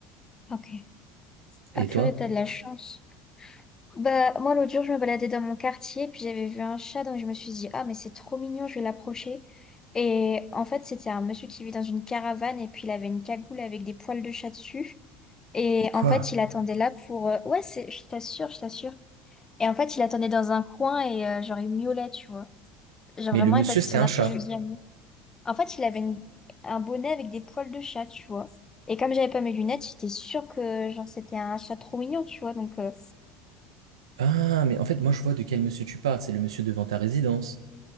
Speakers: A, on the left; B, on the right.
A: Ok.
B: Et
A: Ah purée,
B: toi?
A: t'as de la chance. Bah, moi, l'autre jour, je me baladais dans mon quartier, puis j'avais vu un chat, donc je me suis dit, ah, mais c'est trop mignon, je vais l'approcher. Et en fait, c'était un monsieur qui vit dans une caravane, et puis il avait une cagoule avec des poils de chat dessus. Et
B: Et quoi?
A: en fait, il attendait là pour... euh, Ouais, c'est... je t'assure, je t'assure. Et en fait, il attendait dans un coin, et euh, genre, il miaulait, tu vois. Genre
B: Mais
A: vraiment,
B: le monsieur,
A: il passait son
B: c'était
A: Je
B: un
A: après-midi
B: chat.
A: à nous. En fait, il avait une- un bonnet avec des poils de chat, tu vois. Et comme j'avais pas mes lunettes, j'étais sûre que genre c'était un chat trop mignon, tu vois. Donc euh,
B: Ah, mais en fait, moi, je vois de quel monsieur tu parles. C'est le monsieur devant ta résidence.